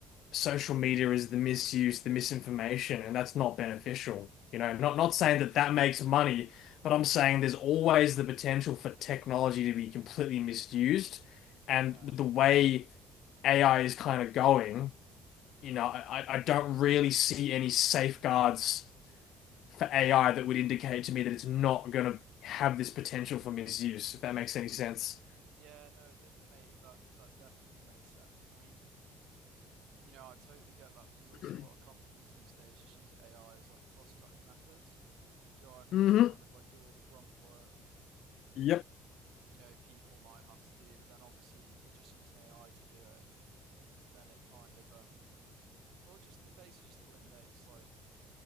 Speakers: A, on the left; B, on the right.
A: social media is the misuse, the misinformation, and that's not beneficial. You know,
B: yeah,
A: not not saying that that makes money, but I'm saying there's always the potential for technology to be completely misused.
B: yeah,
A: And with the way AI is kind of going, you know, I, I I don't really see any safeguards for AI that would indicate to me that it's not going to have this potential for misuse, if that makes any sense.
B: yeah. No, it didn't, mate. That that definitely makes sense. I mean. You know, I totally get that because
A: <clears throat>
B: also a lot of companies these days just use AI as like cost cutting methods. Do you know what I mean?
A: Mm-hmm.
B: To kind of like do all the grunt work that,
A: Yep.
B: you know, people might have to do, but then obviously if they're just using AI to do it, then it kind of um or just it basically just eliminates like,